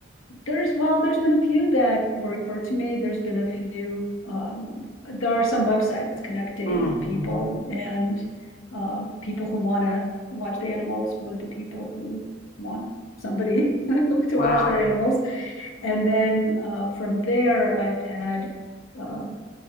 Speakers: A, on the left; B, on the left.
A: There's well, there's been a few that were referred to me. There's been a few. Um, there are some websites connecting
B: Mm,
A: people
B: mm-hmm.
A: and um, people who want to watch the animals with the people who want somebody <laughs> to
B: Wow.
A: watch their animals. And then uh, from there, I've had um,